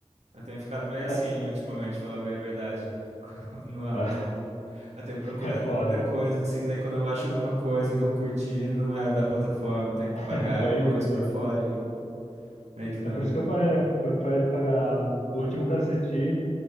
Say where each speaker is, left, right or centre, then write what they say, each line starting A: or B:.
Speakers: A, on the right (about 70°); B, on the left (about 80°).
A: Eu tenho ficado meio
B: Mas,
A: assim ultimamente, falar bem a verdade, <laughs> no Amazon.
B: <laughs>
A: Eu tenho procurado
B: é foda,
A: muita coisa, assim, daí quando eu acho alguma coisa que eu curti, não é da plataforma, eu tenho que pagar
B: é bem
A: alguma coisa
B: isso.
A: por
B: É,
A: fora e eu meio que na
B: É por isso que eu parei, eu parei de pagar a Amazon. O último que eu assisti